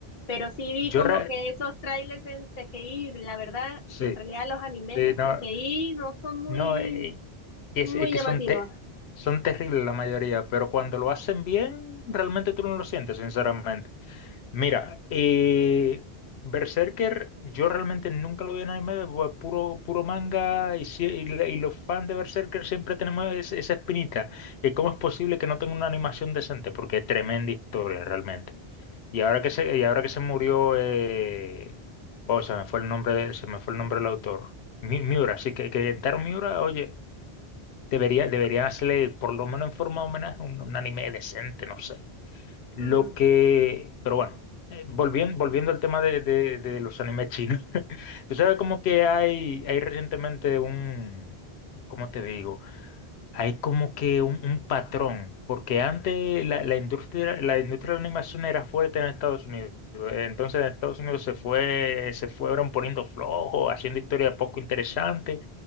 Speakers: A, on the left; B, on the left.
A: Pero sí vi
B: Yo...
A: como
B: re-
A: que esos trailers en CGI, la verdad,
B: Sí,
A: en realidad los animes
B: sí,
A: en CGI
B: no.
A: no son muy,
B: No, eh, es,
A: muy
B: es eh, que
A: llamativos.
B: son, te- son terribles la mayoría, pero cuando lo hacen bien, realmente tú no lo sientes, sinceramente. Mira, eh, Berserker, yo realmente nunca lo vi en anime, bu- puro, puro manga, y, si- y la- y los fans de Berserker siempre tenemos es- esa espinita, que cómo es posible que no tenga una animación decente, porque es tremenda historia realmente. Y ahora que se, y ahora que se murió, eh, wow, se me fue el nombre de- se me fue el nombre del autor. Mi- Miura, sí, que, que Kentaro Miura, oye. Debería, debería hacerle, por lo menos en forma de homenaje, un, un anime decente, no sé. Lo
A: Mm,
B: que, pero bueno, volviendo, volviendo al tema de, de- de los animes chinos. <laughs> Tú sabes como que hay, hay recientemente un, ¿cómo te digo? Hay como que un, un patrón, porque antes la, la industria, la industria de la animación era fuerte en Estados Unidos. Entonces en Estados Unidos se fue, se fueron poniendo flojos, haciendo historias poco interesantes.